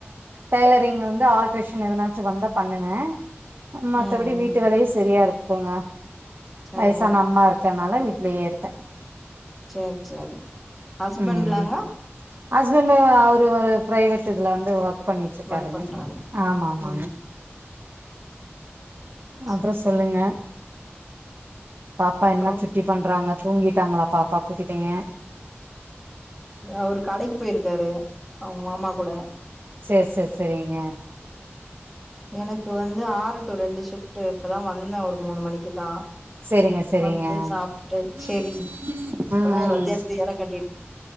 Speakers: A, on the right; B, in the centre.
A: டெய்லரிங் வந்து ஆல்ட்ரேஷன் எதனாச்சு வந்தா பண்ணுவே மத்தபடி
B: ம் ம்
A: வீட்டு வேலயே சரியாரு க்குங்க
B: சேரி
A: வயசான அம்மா இருக்கனால வீட்லயே இருக்கே
B: சேரி சேரி ஹஸ்பண்ட்லாங்க
A: ம் ஹஸ்பண்டு அவ ரு ஒரு பிரைவேட் இதுல வந்து வர்க் பண்ணிட்ருக்காருங்க
B: ஒர்க் பண்றாங்க
A: ஆமாமாமா
B: ம் சேரி
A: அப்ற சொல்லுங்க பாப்பா
B: அப்றோ
A: என்ன சுட்டி பண்றாங்க? தூங்கிட்டாங்களா பாப்பா குட்டிப்பைய
B: அவரு கடைக்கு போயிருக்காரு அவு மாமா கூட
A: சேர் செர் செரிங்க
B: எனக்கு வந்து ஆறு டு ரெண்டு ஷிஃப்ட்டு இப்பதா வந்தே ஒரு மூணு மணிக்குதா
A: சேரிங்க சேரிங்க சேரிங்க
B: வந்து சாப்டுட்டு
A: ம்
B: சேரி இப்பதா
A: ம்
B: எல்லாத்தையு எட்த்து ஏற கட்டிட்